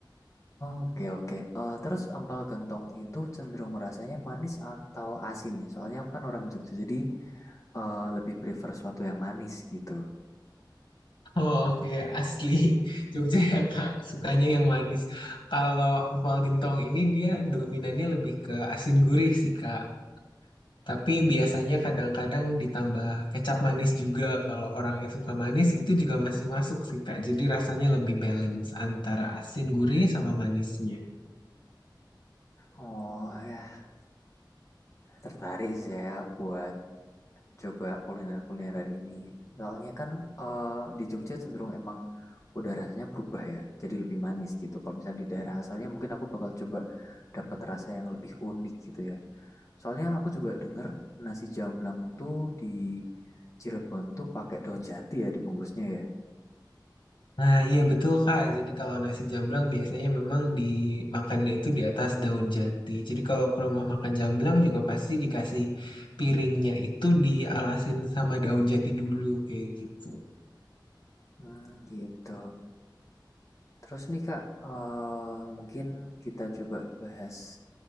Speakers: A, on the left; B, on the left.
A: Oke oke. Eh, terus empal gentong itu cenderung rasanya manis atau asin ya? Soalnya aku kan orang Jogja, jadi eh, lebih prefer suatu yang manis gitu.
B: Oh, oke, Asli <laughs> Jogja ya Kak, sukanya yang manis. Kalau empal gentong ini dia dominannya lebih ke asin gurih sih Kak. Tapi
A: Hmm.
B: biasanya kadang-kadang ditambah kecap manis juga. Kalau orang yang suka manis itu juga masih masuk sih, Kak. Jadi rasanya lebih balance antara asin, gurih, sama manisnya.
A: Oh ya, tertarik saya buat coba kuliner-kuliner hari ini. Soalnya kan eh, di Jogja cenderung emang udah rasanya berubah ya, jadi lebih manis gitu. Kalau misalnya di daerah asalnya mungkin aku bakal coba dapat rasa yang lebih unik gitu ya. Soalnya aku juga denger nasi jamblang tuh di Cirebon tuh pakai daun jati ya dibungkusnya ya.
B: Nah, iya betul Kak. Jadi kalau nasi jamblang biasanya memang dimakannya itu di atas daun jati. Jadi kalau ke rumah makan jamblang juga pasti dikasih piringnya itu dialasin sama daun jati dulu kayak gitu.
A: Hmm, gitu. Terus nih Kak, eh, mungkin kita coba bahas